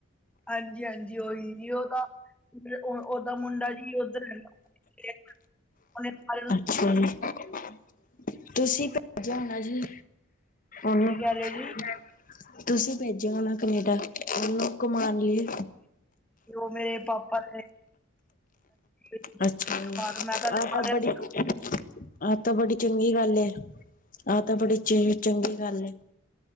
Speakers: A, in the centre; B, on the left.
A: ਹਾਂਜੀ-ਹਾਂਜੀ ਉਹੀ ਜੀ ਉਹ ਤਾਂ ਉਹਦਾ ਮੁੰਡਾ ਜੀ ਉਧਰ ਰਹਿੰਦਾ ਉਹਨੇ ਸਾਰੇ
B: ਅੱਛਾ ਜੀ, ਤੁਸੀਂ ਭੇਜਿਆ ਹੋਣਾ ਜੀ। ਉਹ,
A: ਕੀ ਕਹਿ ਰਹੇ ਹੋ ਜੀ
B: ਤੁਸੀਂ ਭੇਜਿਆ ਹੋਣਾ ਕਨੇਡਾ ਉਹਨੂੰ। ਘੁੰਮਾਣ ਲਈ।
A: ਜੋ ਮੇਰੇ ਪਾਪਾ ਨੇ- ਸੀ
B: ਅੱਛਾ ਜੀ
A: ਬਾਹਰ ਮੈਂ ਲਗਾ
B: ਆ ਤਾਂ
A: ਰਿਹਾ
B: ਬੜੀ
A: ਸੀ
B: ਚ, ਆ ਤਾਂ ਬੜੀ ਚੰਗੀ ਗੱਲ ਏ। ਆ ਤਾਂ ਬੜੀ ਚੇ ਚੰਗੀ ਗੱਲ ਏ।